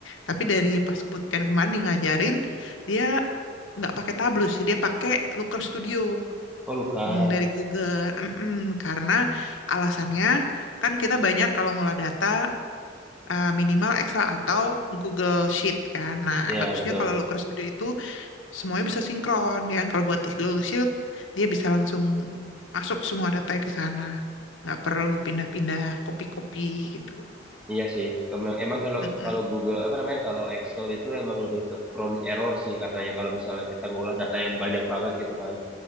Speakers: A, on the left; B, in the centre.
A: Tapi dari pas bootcamp kemarin dia ngajarin dia nggak pakai Tableau sih, dia pakai Looker Studio
B: Oh Lukas.
A: yang dari Google. Mm-mm, karena alasannya kan kita banyak kalau ngolah data eh, minimal Excel atau Google Sheet kan. Nah,
B: Iya
A: bagusnya
B: betul.
A: kalau Looker Studio itu semuanya bisa sinkron ya. kan? Kalau buat di Google Sheet dia bisa langsung masuk semua datanya ke sana. Nggak perlu pindah-pindah kopi-kopi gitu.
B: Iya sih. Emang, emang kalau
A: Mm-mm.
B: kalau Google apa namanya kalau Excel itu emang lebih ke prone error sih katanya kalau misalnya kita ngolah data yang banyak banget gitu kan.